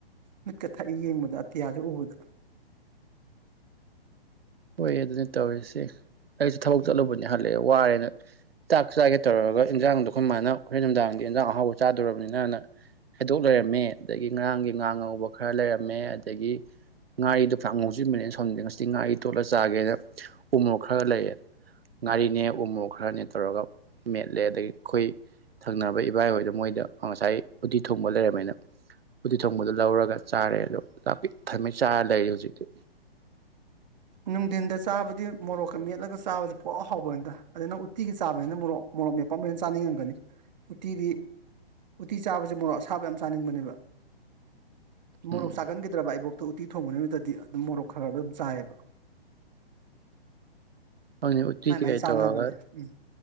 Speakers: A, on the right; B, on the right.
A: ꯃꯤꯠꯀ ꯊꯛꯏ ꯌꯦꯡꯕꯗ ꯑꯇꯤꯌꯥꯖꯨ ꯎꯕꯗ
B: ꯍꯣꯏ ꯑꯗꯨꯅꯤ ꯇꯧꯔꯤꯁꯦ ꯑꯩꯁꯨ ꯊꯕꯛ
A: ꯎꯝ
B: ꯆꯠꯂꯨꯕꯅꯤ ꯍꯜꯂꯛꯑꯦ ꯋꯥꯏꯌꯦꯅ ꯆꯥꯛ ꯆꯥꯒꯦ ꯇꯧꯔꯒ ꯏꯟꯖꯥꯡꯗꯣ ꯑꯈꯣꯏ ꯃꯥꯅ ꯍꯣꯔꯦꯟ ꯅꯨꯡꯗꯥꯡꯗꯤ ꯏꯟꯖꯥꯡ ꯑꯍꯥꯎꯕ ꯆꯥꯗꯣꯔꯕꯅꯤꯅꯅ ꯍꯩꯗꯣꯛ ꯂꯩꯔꯝꯃꯦ ꯑꯗꯒꯤ ꯉꯔꯥꯡꯒꯤ ꯉꯥ ꯉꯧꯕ ꯈꯔ ꯂꯩꯔꯝꯃꯦ ꯑꯗꯒꯤ ꯉꯥꯔꯤꯗꯣ ꯐꯅꯥꯝ ꯉꯧꯖꯤꯟꯕꯅꯦ ꯑꯩꯅ ꯁꯥꯎꯅꯤꯡꯗꯅ ꯉꯁꯤ ꯉꯥꯏ ꯇꯣꯠꯂ ꯆꯥꯒꯦꯅ ꯎꯃꯣꯔꯣꯛ ꯈꯔꯒ ꯂꯩꯔꯛꯑꯦ ꯉꯥꯔꯤꯅꯦ ꯎꯃꯣ ꯈꯔꯅꯦ ꯇꯧꯔꯒ ꯃꯦꯠꯂꯦ ꯑꯗꯩꯏ ꯑꯩꯈꯣꯏ ꯊꯪꯅꯕ ꯏꯕꯥꯏꯍꯣꯏꯗ ꯃꯣꯏꯗ ꯉꯁꯥꯏ ꯎꯠꯇꯤ ꯊꯣꯡꯕ ꯂꯩꯔꯝꯃꯦꯅ ꯎꯗꯤ ꯊꯣꯡꯕꯗꯣ ꯂꯧꯔꯒ ꯆꯥꯔꯦ ꯑꯗꯣ ꯆꯥꯛ ꯄꯤꯛ ꯊꯝꯃꯩ ꯆꯥꯔ ꯂꯩꯔꯤ ꯍꯧꯖꯤꯛꯇꯤ
A: ꯅꯨꯡꯗꯤꯟꯗ ꯆꯥꯕꯗꯤ ꯃꯣꯔꯣꯛꯀ ꯃꯦꯠꯂꯒ ꯆꯥꯕꯁꯤ ꯄꯨꯍꯥꯎ ꯍꯥꯎꯕꯅꯤꯗ ꯑꯗ ꯅꯪ ꯎꯇꯤꯒꯤ ꯆꯥꯕꯅꯤꯅ ꯃꯣꯔꯣꯛ ꯃꯣꯔꯣꯛ ꯃꯦꯠꯄ ꯑꯃꯨꯛ ꯍꯦꯟꯅ ꯆꯥꯅꯤꯡꯉꯝꯒꯅꯤ ꯎꯇꯤꯗꯤ ꯎꯇꯤ ꯆꯥꯕꯖꯦ ꯃꯣꯔꯣꯛ ꯑꯁꯥꯕ ꯌꯥꯝ ꯆꯥꯅꯤꯡꯕꯅꯦꯕ ꯃꯣꯔꯣꯛ
B: ꯎꯝ
A: ꯆꯥꯒꯟꯒꯤꯗ꯭ꯔꯕ ꯑꯩꯕꯣꯛꯇꯣ ꯎꯇꯤ ꯊꯣꯡꯕ ꯅꯨꯃꯤꯠꯇꯗꯤ ꯑꯗꯨꯝ ꯃꯣꯔꯣꯛ ꯈꯒ ꯑꯗꯨꯝ ꯆꯥꯏꯑꯕ
B: ꯑꯣꯅꯦ ꯎꯠꯇ
A: ꯃꯥꯏ
B: ꯀꯩꯀꯩ
A: ꯃꯥꯏ ꯆꯥꯟꯅꯕꯅꯦ
B: ꯇꯧꯒꯔ
A: ꯎꯝ